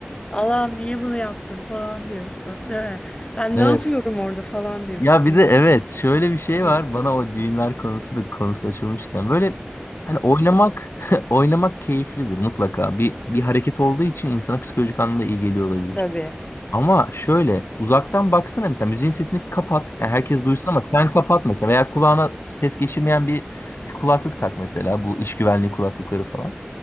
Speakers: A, on the left; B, on the left.
A: Allah'ım niye bunu yaptım falan diyorsun değil mi? Ben
B: Evet.
A: ne yapıyorum orada falan diyorsun.
B: Ya bir de evet şöyle bir şey
A: Hı,
B: var bana o düğünler konusu da konusu açılmışken böyle hani oynamak <laughs> oynamak keyiflidir mutlaka bir bir hareket olduğu için insana psikolojik anlamda iyi geliyor olabilir.
A: tabii.
B: Ama şöyle uzaktan baksana mesela müziğin sesini kapat yani herkes duysun ama sen kapat mesela veya kulağına ses geçirmeyen bir <laughs> kulaklık tak mesela bu iş güvenliği kulaklıkları falan.